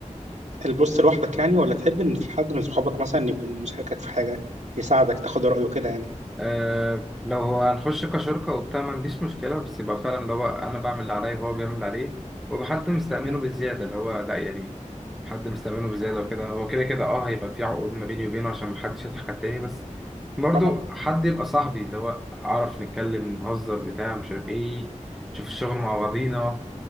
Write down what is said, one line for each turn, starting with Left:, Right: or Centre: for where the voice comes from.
Right: البوست لوحدك يعني ولا تحب ان في حد من صحابك مثلا يكون مشاركك في حاجه يساعدك تاخد رايه كده يعني
Centre: آه لو هو هنخش كشركة وبتاع ما عنديش مشكلة بس يبقى فعلا اللي هو أنا بعمل اللي عليا وهو بيعمل اللي عليه ويبقى حد مستأمنه
Right: مم.
Centre: بالزيادة اللي هو لا يعني حد مستأمنه بالزيادة وكده هو كده كده اه هيبقى في عقود ما بيني وبينه عشان محدش يضحك على التاني بس برضو
Right: طبعا
Centre: حد يبقى صاحبي اللي هو أعرف نتكلم نهزر بتاع مش عارف ايه نشوف الشغل مع بعضينا